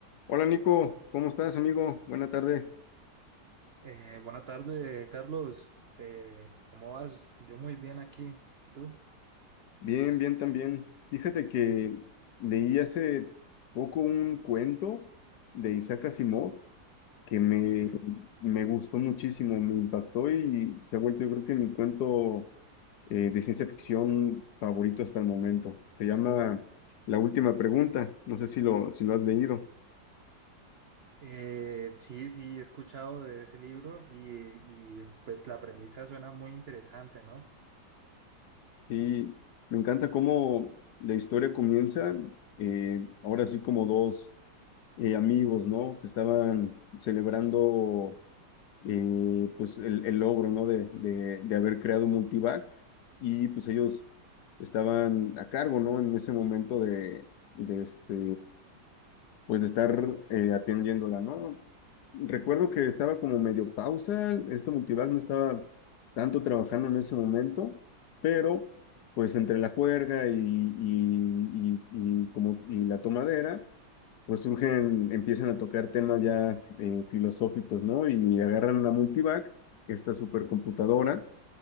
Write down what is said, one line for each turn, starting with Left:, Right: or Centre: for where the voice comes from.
Left: Hola Nico, ¿cómo estás amigo? Buena tarde.
Right: Eh, buena tarde, Carlos. Eh, ¿cómo vas? Yo muy bien aquí. ¿Y tú?
Left: Bien, bien también. Fíjate que leí hace poco un cuento de Isaac Asimov que me,
Right: Sí.
Left: me gustó muchísimo, me impactó y se ha vuelto yo creo que mi cuento eh, de ciencia ficción favorito hasta el momento. Se llama La última pregunta, no sé si lo, si lo has leído.
Right: Eh, sí, sí, he escuchado de ese libro y, y, pues la premisa suena muy interesante, ¿no?
Left: Y me encanta cómo la historia comienza, eh, ahora sí como dos eh, amigos, ¿no? Que estaban celebrando eh, pues el, el logro, ¿no? De, de, de haber creado Multivac y pues ellos estaban a cargo, ¿no? En ese momento de, de este, pues de estar eh, atendiéndola, ¿no? Recuerdo que estaba como medio pausa, este Multivac no estaba tanto trabajando en ese momento, pero pues entre la juerga y, y, y, y como, y la tomadera, pues surgen, empiezan a tocar temas ya eh, filosóficos, ¿no? Y agarran la Multivac, esta supercomputadora,